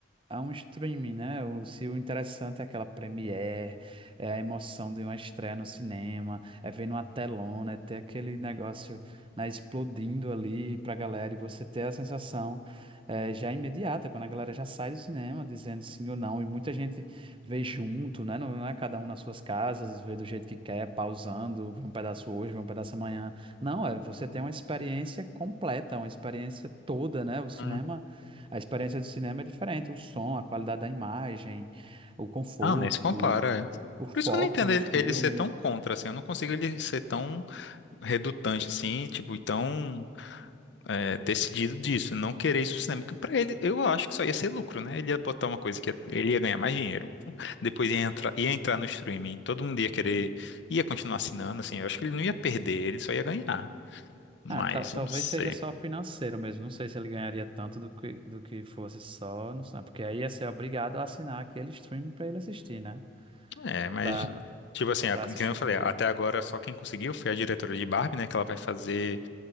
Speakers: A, on the right; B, on the left.
A: a um streaming, né? O, se o interessante é aquela premiere, é a emoção de uma estreia no cinema, é ver numa telona, é ter aquele negócio, né, explodindo ali pra galera e você ter a sensação eh, já imediata, quando a galera já sai do cinema dizendo sim ou não, e muita gente vê junto, né? Não é cada um nas suas casas, vê do jeito que quer, pausando, vê um pedaço hoje, vê um pedaço amanhã. Não, é você tem uma experiência completa, uma experiência toda, né? O cinema.
B: Hum.
A: A experiência do cinema é diferente, o som, a qualidade da imagem, o conforto,
B: Ah, nem se compara, é.
A: o foco
B: Por isso que eu não entendo
A: no
B: ele
A: filme.
B: ele ser tão contra, assim, eu não consigo ele ser tão redutante, assim, tipo, tão é, decidido disso, não querer isso pro cinema, porque pra ele, eu acho que só ia ser lucro, né? Ele ia botar uma coisa que ia- ele ia ganhar mais dinheiro, <laughs> depois ia entrar, ia entrar no streaming, todo mundo ia querer, ia continuar assinando, assim, eu acho que ele não ia perder, ele só ia ganhar, mas
A: Ah, tal- talvez
B: eu não sei.
A: seja só financeiro mesmo. Não sei se ele ganharia tanto do que, do que fosse só, não sei, porque aí ia ser obrigado a assinar aquele stream para ele assistir, né?
B: É, mas,
A: Para
B: tipo assim, a-
A: para
B: que
A: assistir
B: nem eu falei,
A: o filme.
B: até agora só quem conseguiu foi a diretora de Barbie, né, que ela vai fazer,